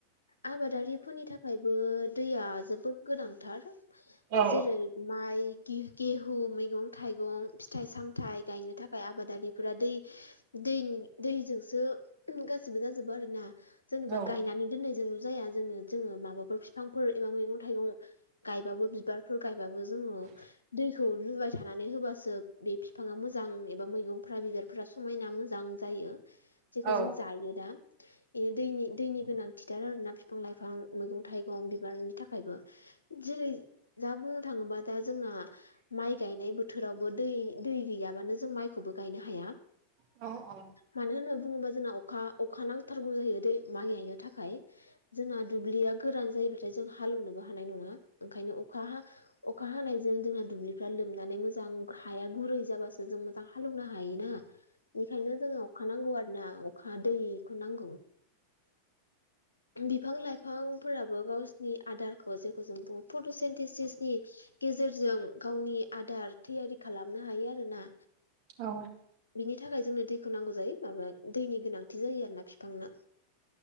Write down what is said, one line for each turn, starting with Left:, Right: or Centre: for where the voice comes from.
Left: आबादारिफोरनि थाखाय थाखायबो दैया जोबोद गोनांथार
Right: औ
Left: जेरै माइ गेहु मैगं थाइगं फिथाइ सामथाइ गायनो थाखाय आबादारिफोरा दै दैनि दैजोंसो गाससिबो जाजोबो आरो ना जेनेबा
Right: औ
Left: गायनानै दोननायजोंल' जाया जोंनो जोङो माबाफोर बििफांफोर एबा मैगं थाइगं गायबाबो बिबारफोर गायबाबो जोङो दैखौ लुबाय थानानै होबासो बे बिफाङा मोजां एबा मैगंफ्रा बिबार फ्रा समायना मोजां जायो जेखौ
Right: औ
Left: जों जायो दा बिदि दैनि दैनि गोनांथिथार आरोना बिफां-लाइफां मैगं थाइगं बिबारनि थाखायबो जेरै दा बुंनो थाङोबा दा जोंना माइ गायनाय बोथोरावबो दै दै गैयाबानो जों माइखौबो गायनो हाया।
Right: औ औ
Left: मानो होना बुङोब्ला जोंना अखा अखा नांथारगौ जायो दै माइ गायनो थाखाय जोंना दुब्लिया गोरान जायोबथाय जों हालेवनोबो हानाय नङा ओंखायनो अखा हा अखा हानायजों जोंना दुब्लिफ्रा लोमनानै मोजां हाया गुरै जाबासो जों बबा हालेवनो हायोना बेनिखायनो जोंङो अखा नांगौ आरो ना अखा दैखौ नांगौ। बिफां-लाइफांफोराबो गावसिरनि आदारखौ जेखौ जों बुङो फट'सेन्टिसिसनि गेजेरजों गावनि आदार थैयारि खालामनो हायो आरोना
Right: औ
Left: बिनि थाखाय जोंनो दैखौ नांगौ जायो माबा दैनि गोनांथि जायो आरो ना बिफांनो